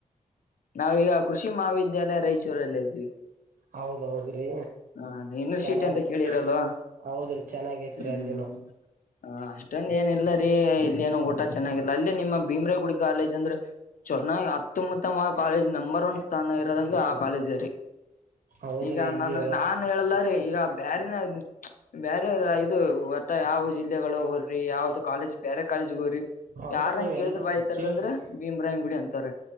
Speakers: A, on the left; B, on the right.
A: ನಾವೀಗ ಕೃಷಿ ಮಹಾವಿದ್ಯಾಲಯ ರಾಯಚೂರಲ್ಲ ಇದ್ವಿ
B: ಹೌದ ಹೌದ್ರಿ
A: ಹ ಇನ್ರ್
B: ಚೆನ್ನಾಗ
A: ಶೀಟಿ ಅಂತ ಕೇಳಿರಲ್ವಾ
B: ಹೌದ್ರಿ ಚೆನ್ನಾಗ ತ್ರಿ
A: ಹ್ಮ್
B: ಅಲ್ಲಿನು
A: ಹ್ಮ್ ಹ ಅಷ್ಟೊಂದ ಏನ ಇಿಲ್ಲ ರೀ ಇಲ್ಲಿ ಏನೋ ಊಟ ಚೆನ್ನಾಗಿಲ್ಲ ಅಲ್ಲಿ ನಿಮ್ಮ ಭೀಮ್ರ ಗುಡಿ ಕಾಲೇಜ್ ಅಂದ್ರೆ ಅತ್ಯಮುತ್ತಮ ಕಾಲೇಜ್ ನಂಬರ್ ಒನ್ ಸ್ಥಾನ ಇರೋದಂ ಆ ಕಾಲೇಜೀ
B: ಹೌದ್ರಿ
A: ಈಗ
B: ಇಲ್ಲಿ
A: ನಾನು ನಾನ್ ಹೇಳಲ್ಲಾರಿೀ ಈಗ ಬ್ಯಾರಿನ ಇದ ಬೇರೆ ಇದು ಹೊಟ್ಟ ಯಾವ ಜಿಲ್ಲೆಗಳು ಹೋರ್ರಿ ಯಾವ್ದ ಕಾಲೇಜ್ ಬೇರೆ ಕಾಲೇಜಗ ಹೋ್ರಿ
B: ಹೌದ್ರಿ
A: ಯಾರ್ಂಗ
B: ನೀವ್
A: ಕೇಳಿದ್ರು
B: ಎಲ್ಲ
A: ಬಾಯತಾರದ
B: ಕೇಳ್ರಿ
A: ಅಂದ್ರ ಭೀಮ್ರಾಾಯಿ್ ಗುಡಿ ಅಂತಾರ